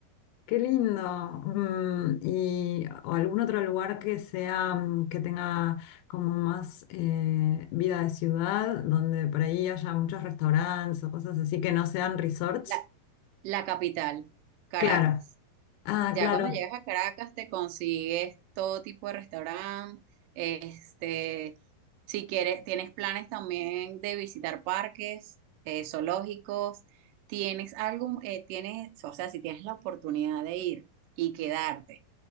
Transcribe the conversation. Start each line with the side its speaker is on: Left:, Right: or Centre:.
Left: qué lindo. Mm, y o algún otro lugar que sea, mm, que tenga como más eh, vida de ciudad, donde por ahí haya muchos restaurantes o cosas así que no sean resorts.
Right: La, la capital, Caracas.
Left: Claro, ah,
Right: Ya
Left: claro,
Right: cuando llegas a Caracas te consigues todo tipo de restaurante, este, si quieres, tienes planes también de visitar parques, eh, zoológicos, tienes algo, eh, tienes, o sea, si tienes la oportunidad de ir y quedarte